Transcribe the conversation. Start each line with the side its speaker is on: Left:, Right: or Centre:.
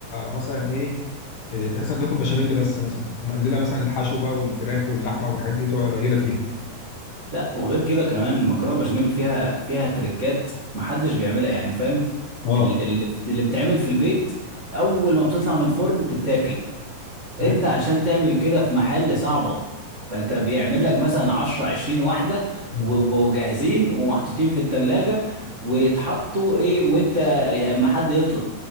Left: مثلا ايه إيه، تحس انك بتاكل بشاميل بس مثلا ومقلله مثلا الحشو بقى والفراخ واللحمه والحاجات دي بتبقى قليله فيها
Right: لا وغير كده كمان المكرونه بشاميل فيها فيها تريكات محدش بيعملها يعني فاهم
Left: اه
Right: ال- ال- اللي بتعمل في البيت اول ما بتطلع من الفرن تتاكل انت
Left: دي حقيقة.
Right: عشان تعمل كده في محل صعبه فانت بيعمل لك مثلا 10 20 واحده
Left: مم.
Right: و- وجاهزين ومحطوطين في التلاجة ويتحطوا ايه وانت اما حد يطلب